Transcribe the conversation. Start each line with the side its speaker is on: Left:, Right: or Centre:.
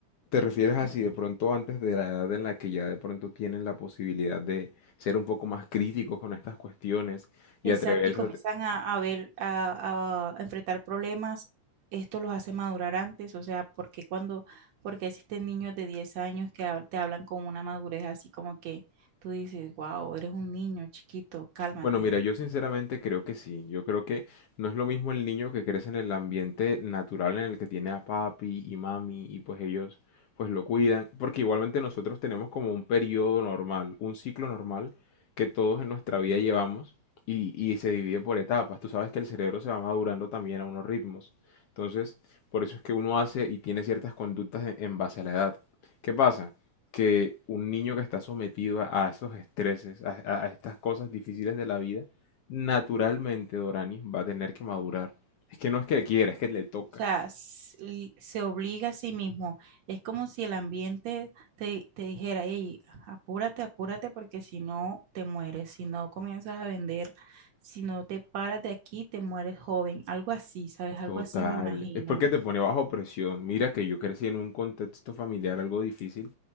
Left: ¿te refieres a
Right: me-
Left: si de pronto antes de la edad en la que ya de pronto tienen la posibilidad de ser un poco más críticos con estas cuestiones y
Right: exacto,
Left: atreverse
Right: y comienzan
Left: a,
Right: a, a ver, a, a enfrentar problemas, esto los hace madurar antes, o sea, porque cuando, porque existen niños de 10 años que hab- te hablan con una madurez así como que tú dices, wow, eres un niño chiquito, cálmate.
Left: Bueno, mira, yo sinceramente creo que sí. Yo creo que no es lo mismo el niño que crece en el ambiente natural en el que tiene a papi y mami y pues ellos pues lo cuidan, porque igualmente nosotros tenemos como un periodo normal, un ciclo normal que todos en nuestra vida llevamos y, y se divide por etapas. Tú sabes que el cerebro se va madurando también a unos ritmos. Entonces, por eso es que uno hace y tiene ciertas conductas en en base a la edad. ¿Qué pasa? que un niño que está sometido a a esos estreses, a, a- a estas cosas difíciles de la vida, naturalmente Doranis va a tener que madurar. Es que no es que le quiera, es que le toca.
Right: O sea, s- l- se obliga a sí mismo. Es como si el ambiente te, te dijera, hey, apúrate, apúrate, porque si no te mueres, si no comienzas a vender, si no te paras de aquí, te mueres joven. Algo así, ¿sabes? Algo
Left: Total,
Right: así me imagino.
Left: es porque te pone bajo presión. Mira que yo crecí en un contexto familiar algo difícil